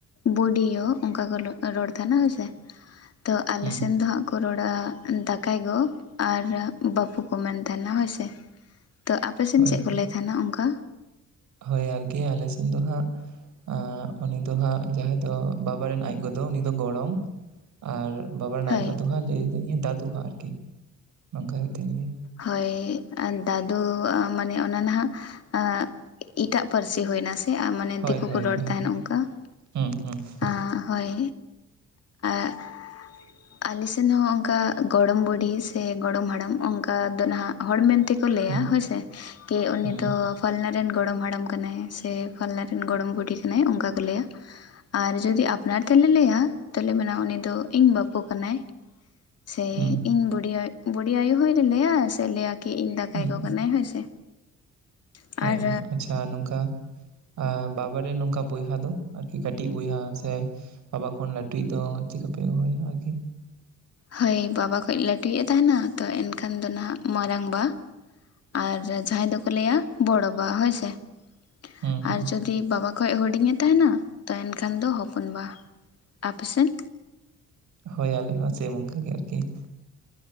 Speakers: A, on the left; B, on the right.
A: ᱵᱳᱰᱤᱭᱳ ᱸᱚᱱᱠᱟ ᱠᱚ <unintelligible> ᱨᱚᱲ ᱛᱟᱦᱮᱱᱟ ᱦᱮᱸ ᱥᱮ᱾ ᱛᱚ ᱟᱞᱮ
B: ᱦᱩᱸ
A: ᱥᱮᱱ ᱫᱚ ᱦᱟᱸᱜ ᱠᱚ ᱨᱚᱲ ᱚᱲ <unintelligible> ᱫᱟᱠᱟᱭ ᱜᱚ ᱟᱨ ᱵᱟᱹᱯᱩ ᱠᱚ ᱢᱮᱱ ᱛᱟᱦᱮᱸᱱᱟ ᱦᱳᱭ ᱥᱮ᱾ ᱛᱚ ᱟᱯᱮ ᱥᱮᱱ
B: ᱦᱳᱭ
A: ᱪᱮᱫ
B: ᱦᱳᱭ
A: ᱠᱚ ᱞᱟᱹᱭ ᱛᱟᱦᱮᱸᱱᱟ ᱚᱱᱠᱟ?
B: ᱦᱳᱭ ᱟᱨᱠᱤ ᱟᱞᱮ ᱥᱮᱱ ᱫᱚ ᱦᱟᱸᱜ <unintelligible> ᱩᱱᱤ ᱫᱚ ᱦᱟᱸᱜ ᱡᱟᱦᱟᱸᱭ ᱫᱚ ᱵᱟᱵᱟ ᱨᱮᱱ ᱟᱡ ᱜᱚ ᱫᱚ ᱩᱱᱤ ᱫᱚ ᱜᱚᱲᱚᱢ ᱟᱨ ᱵᱟᱵᱟ ᱨᱮᱱ
A: ᱦᱳᱭ
B: ᱟᱡ ᱵᱟ ᱫᱩ ᱦᱟᱸᱜ ᱞᱟᱹᱭ ᱵᱤᱧᱹ ᱫᱟᱫᱩ ᱦᱚᱸᱜᱸ ᱟᱨᱠᱤ <inaudible> ᱱᱚᱝᱠᱟ ᱠᱟᱛᱮᱫ ᱜᱮ᱾
A: ᱦᱳᱭ ᱟᱨ ᱫᱟᱫᱩ ᱢᱟᱱᱮ ᱚᱱᱟ ᱱᱟᱦᱟᱜ ᱟᱜ ᱮᱴᱟᱜ ᱯᱟᱹᱨᱥᱤ ᱦᱩᱭ ᱮᱱᱟ ᱥᱮ ᱢᱟᱱᱮ
B: ᱦᱳᱭ
A: ᱫᱤᱠᱩ
B: ᱦᱳᱭ
A: ᱠᱚ ᱨᱚᱲ
B: ᱦᱳᱭ
A: ᱛᱟᱦᱮᱸᱱ ᱚᱱᱠᱟ ᱾
B: ᱦᱩᱸ ᱦᱩᱸ ᱾
A: ᱟ ᱦᱳᱭ <inaudible> ᱟᱞᱮ ᱥᱮᱱ ᱦᱚᱸ ᱚᱱᱠᱟ ᱜᱚᱲᱚᱢ ᱵᱩᱰᱷᱤ ᱥᱮ ᱜᱚᱲᱚᱢ ᱦᱟᱲᱟᱢ ᱚᱱᱠᱟ ᱫᱚ ᱱᱟᱦᱟᱜ ᱦᱚᱲ ᱢᱮᱱ ᱛᱮ ᱠᱚ ᱞᱟᱹᱭᱟ
B: ᱦᱩᱸ ᱦᱩᱸ
A: ᱦᱳᱭᱥᱮ ᱠᱤ ᱩᱱᱤ
B: ᱦᱩᱸ
A: ᱫᱚ ᱯᱷᱟᱞᱱᱟ ᱨᱮᱱ ᱜᱚᱲᱚᱢ ᱦᱟᱲᱟᱢ ᱠᱟᱱᱟᱭ ᱥᱮ ᱯᱷᱟᱞᱱᱟ ᱨᱮᱱ ᱜᱚᱲᱚᱢ ᱵᱩᱰᱷᱤ ᱠᱟᱱᱟᱭ ᱚᱱᱠᱟ ᱠᱚ ᱞᱟᱹᱭᱟ᱾ ᱟᱨ ᱡᱩᱫᱤ ᱟᱯᱱᱟᱨ ᱛᱮᱞᱮ ᱞᱟᱹᱭᱟ ᱛᱟᱦᱚᱞᱮ ᱢᱮᱱᱟ ᱩᱱᱤ ᱫᱚ ᱤᱧ ᱵᱟᱹᱯᱩ ᱠᱟᱱᱟᱭ ᱾ ᱥᱮ
B: ᱦᱩᱸ
A: ᱤᱧ ᱵᱩᱰᱤ ᱵᱩᱰᱤ ᱟᱭᱳ ᱦᱚᱸ ᱞᱟᱹᱭᱟ ᱥᱮ ᱞᱟᱹᱭᱟ ᱠᱤ ᱤᱧ
B: ᱦᱩᱸ
A: ᱫᱟᱠᱟᱭ ᱜᱚ
B: ᱦᱩᱸ
A: ᱠᱟᱱᱟᱭ ᱦᱳᱭ ᱥᱮ᱾ ᱟᱨ
B: ᱦᱳᱭ, ᱟᱪᱪᱷᱟ ᱱᱚᱝᱠᱟ ᱟᱨ ᱵᱟᱵᱟ ᱨᱮᱱ ᱱᱚᱝᱠᱟ ᱵᱚᱭᱦᱟ ᱫᱚ ᱟᱨᱠᱤ ᱠᱟᱹᱴᱤᱡ ᱵᱚᱭᱦᱟ ᱥᱮ ᱵᱟᱵᱟ ᱠᱷᱚᱱ ᱞᱟᱹᱴᱩᱭᱤᱡ ᱫᱚ ᱪᱮᱫᱠᱟ ᱯᱮ ᱦᱚᱦᱚᱟᱭᱟ ᱟᱨᱠᱤ?
A: ᱦᱳᱭ ᱵᱟᱵᱟ ᱠᱷᱚᱱ ᱞᱟᱹᱴᱩᱭᱤᱡ ᱮ ᱛᱟᱦᱮᱸᱱᱟ ᱛᱚ ᱮᱱᱠᱷᱟᱱ ᱫᱚ ᱱᱟᱦᱟᱜ ᱢᱟᱨᱟᱝᱵᱟ ᱾ ᱟᱨ ᱡᱟᱦᱟᱸᱭ ᱫᱚᱠᱚ ᱞᱟᱹᱭᱟ ᱵᱚᱲᱚ ᱵᱟ ᱦᱳᱭᱥᱮ ᱾ <inaudible>
B: ᱦᱩᱸ ᱦᱩᱸ
A: ᱟᱨ ᱡᱩᱫᱤ ᱵᱟᱵᱟ ᱠᱷᱚᱡ ᱦᱩᱰᱤᱧ ᱮ ᱛᱟᱦᱮᱸᱱᱟ ᱛᱚ ᱮᱱᱠᱷᱟᱱ ᱫᱚ ᱦᱚᱯᱚᱱ ᱵᱟ, ᱟᱯᱮ ᱥᱮᱫ?
B: ᱦᱳᱭ ᱟᱞᱮ ᱦᱚᱸ ᱥᱮᱹᱢ ᱚᱱᱠᱟ ᱜᱮ ᱟᱨᱠᱤ ᱾